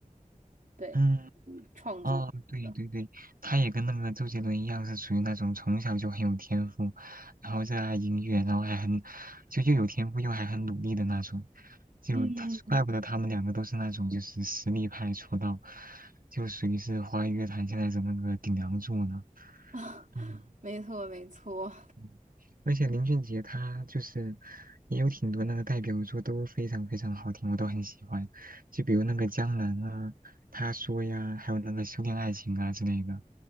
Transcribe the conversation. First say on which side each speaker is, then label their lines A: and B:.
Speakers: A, on the right; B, on the right.
A: 对，
B: 嗯，
A: 嗯创作什么的。
B: 哦，对对对，他也跟那个周杰伦一样，是属于那种从小就很有天赋，然后热爱音乐，然后还很就又有天赋又还很努力的那种，就他怪不得他们两个都是那种就是实力派出道，
A: 嗯，
B: 就属于是华语乐坛现在的那个顶梁柱呢。
A: <laughs>
B: 嗯
A: 没错没错。
B: 嗯，而且林俊杰他就是也有挺多那个代表作都非常非常好听，我都很喜欢。就比如那个《江南》啊，《他说》呀，还有那个《修炼爱情》啊之类的。